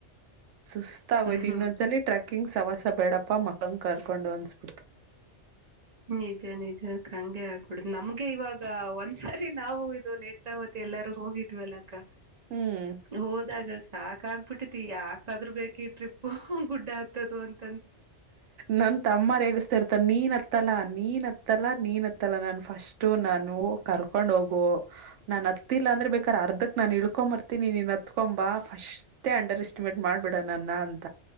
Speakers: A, on the right; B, on the right.
A: ಸುಸ್ತ ಆಯ್ು
B: ಹ್ಮ್
A: ಇನ್ನೊಂದ್ಸ ಟ್ರ್ಯಾಕ್ ಕಿಂಗ್ ಸವಾಸ ಬೇಡಪ್ಪ ಮಖಂಗೆ ಕರ್ಕೊಂಡು ಅನಿಸ್ಬಿಡ್ತು
B: ನಿಜ ನಿಜ ಹಂಗೆ ಆಗ್ಬಿಡ ನಮ್ಗೆ ಇವಾಗ ಒಂದ್ಸಾರಿ ನಾವು ಇದು ನೇತ್ರಾವತಿ ಎಲ್ಲಾರೂ ಹೋಗಿದ್ವಲ್ಲಾಕ್ಕ
A: ಹ್ಮ್
B: ಹೋದಾಗ ಸಾಾಕ ಆಗ್ಬಿಟ್ಟತಿ ಯಾಕಾದ್ರೂ ಬೇಕಿ ಟ್ರಿಪ್ ಗುಡ್ಡ ಆಗ್ತದ ಅಂತ
A: ನನ್ ತಮ್ಮೇಗಿಸ್ತಾ ಇರ್ತ ನೀನ್ತ್ತ ಹತ್ತಲ ನೀನ್ ಹತ್ತಲ್ಲ ನೀನ್ ಹತ್ತಲ್ಲ ನಾನು ಫಸ್ಟ್ ನಾನು ಕರ್ಕೊಂಡ್ ಹೋಗು ನಾನು ಹತ್ತಿಲ್ಲ ಅಂದ್ರೆ ಬೇಕಾರೆ ಅರ್ಧಕ್ ನಾನು ಇಳ್ಕೊಂಡ್ಂಬರ್ತೀನಿ ನೀ ಹತ್ಕೊಂಬ ಫಸ್ೇ ಅಂಡರ್ ಎಸ್ಟಿಮೇಟ್ ಮಾಡ್ಬಿಡ ನನ್ನ ಅಂತ